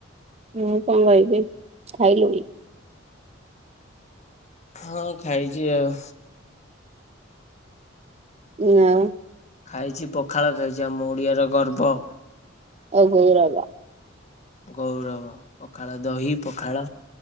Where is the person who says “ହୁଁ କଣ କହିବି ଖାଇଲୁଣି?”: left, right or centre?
Right